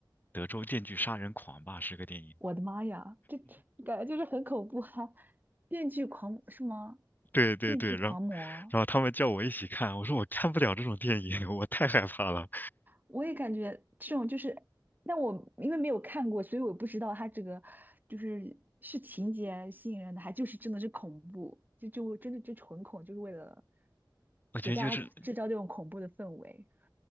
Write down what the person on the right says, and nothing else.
我的妈呀，这感觉就是很恐怖哈！电锯狂是吗？
电锯狂魔，
我也感觉这种就是，但我因为没有看过，所以我不知道它这个就是是情节吸引人的，还就是真的是恐怖，就就真的就纯恐，就是为了
给大家制造这种恐怖的氛围，